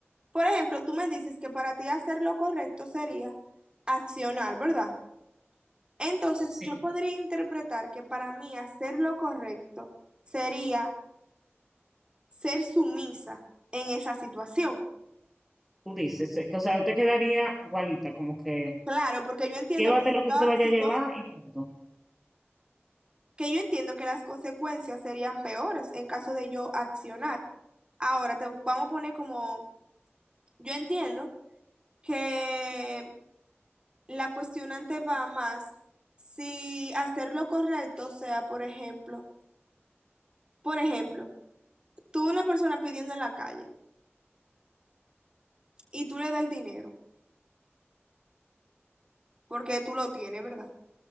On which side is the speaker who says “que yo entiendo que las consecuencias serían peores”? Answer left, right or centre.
Right